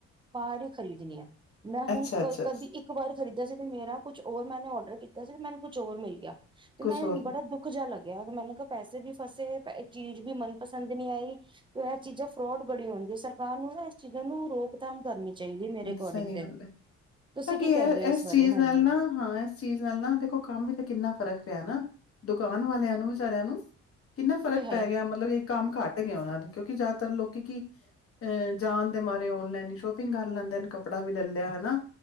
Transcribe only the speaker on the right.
ਬਾਹਰ ਹੀ ਖਰੀਦਣੀ ਆ ਮੈਂ ਹੁਣ
ਕਦੀ ਇੱਕ ਵਾਰ ਖਰੀਦਿਆ ਸੀ ਮੇਰਾ ਕੁਛ ਹੋਰ ਮੈਨੇ ਔਡਰ ਕੀਤਾ ਸੀ ਤੇ ਮੈਨੂੰ ਕੁਛ ਹੋਰ ਮਿਲ ਗਿਆ ਤੇ
ਮੈਂ
ਬੜਾ ਦੁੱਖ ਜਿਹਾ ਲੱਗਾ ਗਿਆ ਮੈਂਨੂੰ ਕਿਹਾ ਪੈਸੇ ਵੀ ਫਸੇ ਚੀਜ਼ ਵੀ ਮਨਪਸੰਦ ਨਹੀਂ ਆਈ ਤੇ ਇਹ ਚੀਜ਼ਾਂ ਫਰੋਡ ਬੜੀ ਹੁੰਦੀ ਸਰਕਾਰ ਨੂੰ ਨਾ ਇਸ ਚੀਜ਼ਾਂ ਨੂੰ ਰੋਕਥਾਮ ਕਰਨੀ ਚਾਹੀਦੀ ਮੇਰੇ ਅਕੋਰਡਿੰਗ
ਤੇ।
ਤੁਸੀਂ
ਕਹਿੰਦੇ ਹੋ
ਬਾਰੇ
ਹਾਂਜੀ।
ਤੇ ਹੈ।